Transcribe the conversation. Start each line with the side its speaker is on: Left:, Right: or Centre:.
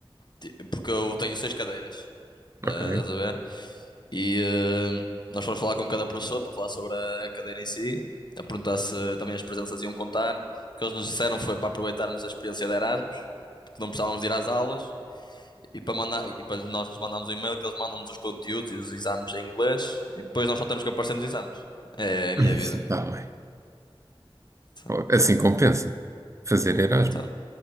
Left: ti- porque eu tenho seis cadeiras, eh,
Right: ok.
Left: estás a ver? E eh, nós fomos falar com cada professor para falar sobre a cadeira em si, a perguntar se também as presenças iam contar. O que eles nos disseram foi para aproveitarmos a experiência de Erasmus, porque não precisávamos de ir às aulas E para mandar, e para nós lhes mandarmos o e-mail que eles mandam-nos os conteúdos e os exames em inglês e depois nós só temos que aparecer nos exames. É
Right: <laughs>
Left: a
Right: Isso,
Left: minha vida.
Right: está bem.
Left: Então,
Right: Assim compensa fazer Erasmus.
Left: então,